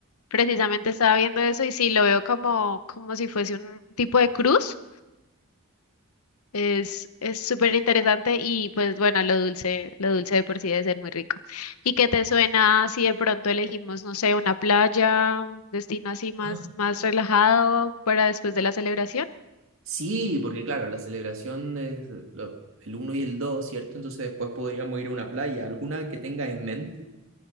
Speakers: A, on the left (about 80°); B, on the right (about 65°).
A: precisamente estaba viendo eso y sí, lo veo como, como si fuese un tipo de cruz. Es, es súper interesante y pues bueno, lo dulce, lo dulce de por sí debe ser muy rico. ¿Y qué te suena si de pronto elegimos, no sé, una playa, un destino así más,
B: Ah.
A: más relajado para después de la celebración?
B: Sí, porque claro, la celebración es lo- el uno y el dos, ¿cierto? Entonces después podríamos ir a una playa, alguna que tengas en mente.